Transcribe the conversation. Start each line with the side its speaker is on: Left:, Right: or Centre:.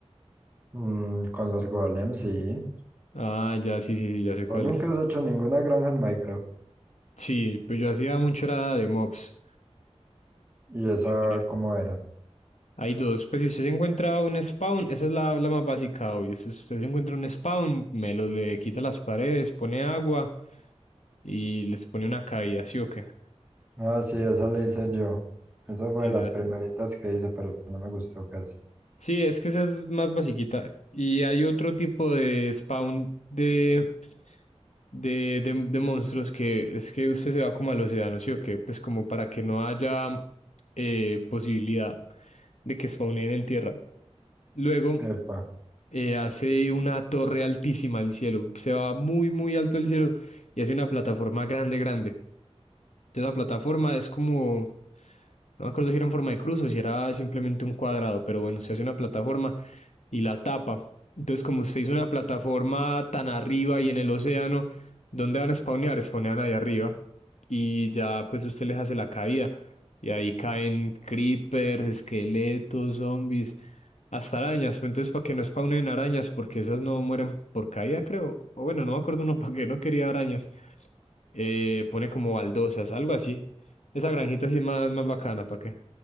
Right: Mm, con los golems, sí.
Left: Ah, ya, sí, sí, sí, ya sé
Right: Vos
Left: cuál
Right: nunca
Left: es.
Right: has hecho ninguna granja en Minecraft.
Left: Sí, pues yo hacía mucho era de mobs.
Right: ¿Y esa
Left: Eh,
Right: cómo era?
Left: Hay dos, pues si usted se encuentra un spawn, esa es la, la más básica, obvio. Si usted se encuentra un spawn, me lo le quita las paredes, pone agua y les pone una caída, ¿sí o qué?
Right: Ah, sí, esa la hice yo. Esa fue
Left: Sí,
Right: de las
Left: ya.
Right: primeritas que hice, pero no me gustó casi.
Left: Sí, es que esa es más basiquita. Y hay otro tipo de spawn de de, de, de monstruos que es que usted se va como al océano, ¿sí o qué? Pues como para que no haya eh, posibilidad de que spawnen en tierra. Luego
Right: Epa.
Left: eh, hace una torre altísima al cielo, se va muy, muy alto al cielo y hace una plataforma grande, grande. Entonces la plataforma es como, no me acuerdo si era en forma de cruz o si era simplemente un cuadrado, pero bueno, se hace una plataforma y la tapa. Entonces, como usted hizo una plataforma tan arriba y en el océano, ¿dónde van a spawnear? Spawnean ahí arriba. Y ya, pues usted les hace la caída. Y ahí caen creepers, esqueletos, zombies, hasta arañas. Pero entonces, para que no spawnen arañas, porque esas no mueren por caída, creo. O bueno, no me acuerdo uno <laughs> para qué no quería arañas. Eh, pone como baldosas, algo así. Esa granjita sí es más, más bacana, ¿para qué?